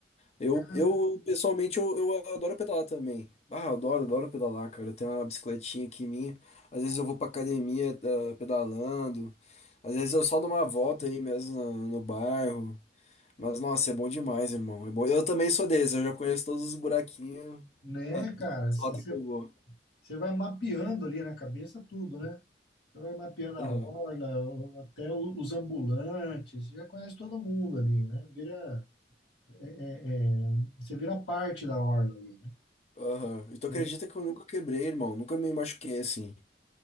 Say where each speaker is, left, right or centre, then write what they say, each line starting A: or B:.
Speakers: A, on the left; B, on the left.
A: Eu,
B: ca-
A: eu pessoalmente, eu, eu adoro pedalar também. Ah, eu adoro, adoro pedalar, cara. Eu tenho uma bicicletinha aqui minha. Às vezes eu vou pra academia, ah, pedalando. Às vezes eu só dou uma volta aí mesmo no, no bairro. Mas nossa, é bom demais, irmão. É bom. Eu também sou desse, eu já conheço todos os buraquinhos,
B: né,
A: a
B: cara? Você
A: lata que eu vou.
B: vai mapeando ali na cabeça tudo, né? Você vai mapeando a
A: Aham.
B: orla, o- até o- os ambulantes, você já conhece todo mundo ali, né? Vira. é, é, você vira parte da orla ali, né?
A: Aham. E tu acredita
B: É,
A: que eu nunca quebrei, irmão? Nunca me machuquei assim.